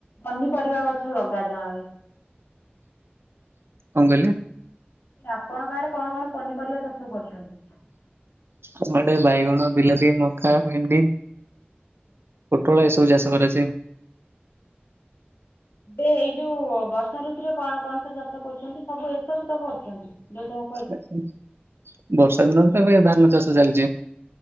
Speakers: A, on the left (about 75°); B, on the right (about 75°).
A: ପନିପରିବା ଗଛ ଲଗାଯାଏ?
B: କଣ କହିଲେ?
A: ଆପଣଙ୍କ ଆଡେ କଣ କଣ ପନିପରିବା ଚାଷ କରୁଛନ୍ତି?
B: ଆମ ଆଡେ ବାଇଗଣ, ବିଲାତି, ମକା, ଭେଣ୍ଡି ପୋଟଳ ଏସବୁ ଚାଷ କରାଯାଏ।
A: ଏ ଏଇ ଯୋଉ ବର୍ଷାଋତୁରେ କଣ କଣ ସବୁ ଚାଷ କରୁଛନ୍ତି? ସବୁ ଏସବୁ ତ କରୁଛନ୍ତି, ଯୋଉ ତ
B: ଆଚ୍ଛା ଆଚ୍ଛା। ବର୍ଷାଦିନରେ ତ ଏବେ ଧାନ ଚାଷ ଚାଲିଚି।